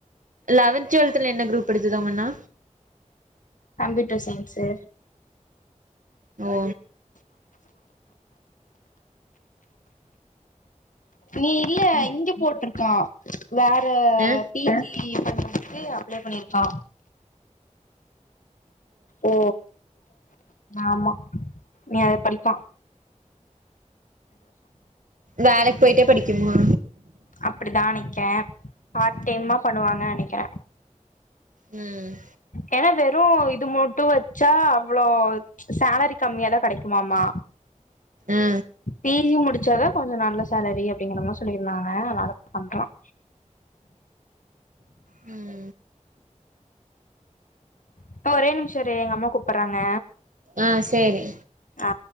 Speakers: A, on the right; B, on the left.
A: லவென்த் டுவல்த்துல என்ன குரூப் எடுத்ததா உங்க அண்ணா
B: கம்ப்யூட்டர் சயின்ஸ்ஸு
A: ஓ
B: நீ இல்ல இங்க போட்ருக்கா வேற
A: அ
B: பி ஜி பண்றதுக்கு அப்ளை பண்ணிருக்கா ஓ ஆமா நீ அதை படிப்பான்
A: வேலைக்கு போய்ட்டே படிக்கணுமா
B: அப்டிதா நிக்கே பார்ட் டைம்மா பண்ணுவாங்க நெனைக்கிறே
A: ம்
B: ஏனா வெறு இது மொட்டு வெச்சா அவ்ளோ சேலரி கம்மியாதான் கிடைக்குமாமா
A: அ
B: பி ஜி முடிச்சாதான் கொஞ்சம் நல்ல சேலரி அப்படிங்கறத சொல்லிருந்தாங்க அதனால பண்றான்
A: ம்
B: அக்கா ஒரே நிம்ஷ இரு எங்க அம்மா கூப்புட்றாங்க
A: அ சேரி
B: அ